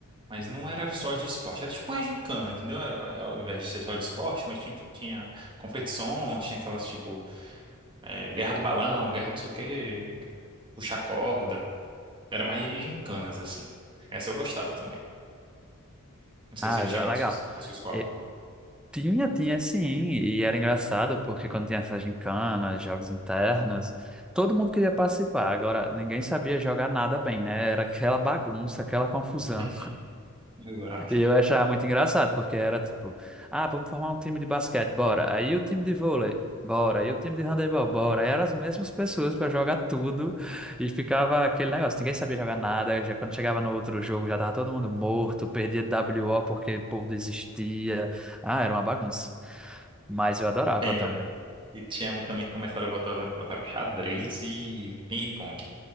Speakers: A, on the right (about 20°); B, in the centre.
A: Mas não era só de esporte, era tipo uma gincana, entendeu? Era- Ao invés de ser só de esporte, mas tinha, tinha competições, tinha aquelas tipo é, guerra do balão, guerra não sei o quê, puxar corda. Era mais de gincanas, assim. Essa eu gostava também. Não sei
B: Ah,
A: se
B: legal.
A: tinha na sua, na sua escola.
B: E tinha, tinha sim. E era engraçado porque quando tinha essas gincanas, jogos internos, todo mundo queria participar. Agora, ninguém sabia jogar nada bem, né? Era aquela bagunça, aquela confusão.
A: <laughs> Exato.
B: E eu achava muito engraçado, porque era tipo, ah, vamos formar um time de basquete, bora. Aí o time de vôlei, bora. Aí o time de handebol, bora. Aí eram as mesmas pessoas para jogar tudo e ficava aquele negócio, ninguém sabia jogar nada. Já quando chegava no outro jogo, já tava todo mundo morto, perdia WO porque o povo desistia. Ah, era uma bagunça. Mas eu adorava
A: Ainda,
B: também.
A: e tinha um também que começaram a botar, eu lembro que botaram xadrez e ping-pong.